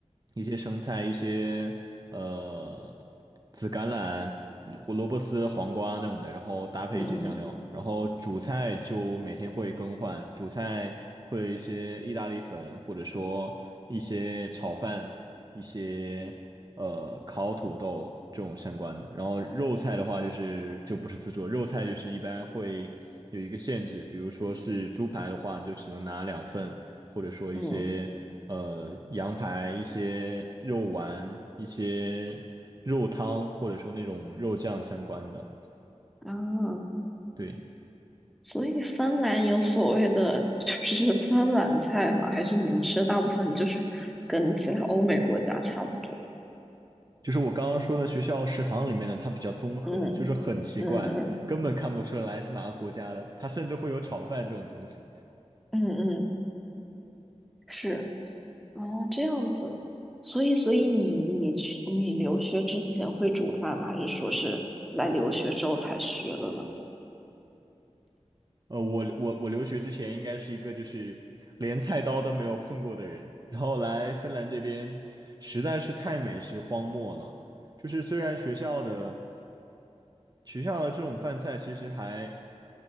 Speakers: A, on the right; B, in the centre.
A: 一些生菜，一些呃紫甘蓝、胡萝卜丝、黄瓜那种的，然后搭配一些酱料，
B: 嗯
A: 然后主菜就每天会更换，主菜会有一些意大利粉，或者说一些炒饭，一些。呃烤土豆这种相关的。然后肉菜的话，就是就不是自助，肉菜就是一般会有一个限制，比如说是猪排的话，你就只能拿两份，或者说一些呃羊排、
B: 嗯
A: 一些肉丸、一些肉汤，或者说那种肉酱相关的。
B: 嗯啊，
A: 对，
B: 所以芬兰有所谓的就是芬兰菜吗？还是你们吃的大部分就是跟其他欧美国家差不多？
A: 就是我刚刚说的学校食堂里面的，它比较综合，
B: 嗯
A: 就是很奇怪，
B: 嗯嗯
A: 根本看不出来是哪个国家的，它甚至会有炒饭这种东西。
B: 嗯嗯，是。哦，这样子，所以所以你你去你留学之前会煮饭吗？还是说是来留学之后才学的呢？
A: 呃，我我我留学之前应该是一个就是连菜刀都没有碰过的人，然后来芬兰这边实在是太美食荒漠了。就是虽然学校的学校的这种饭菜其实还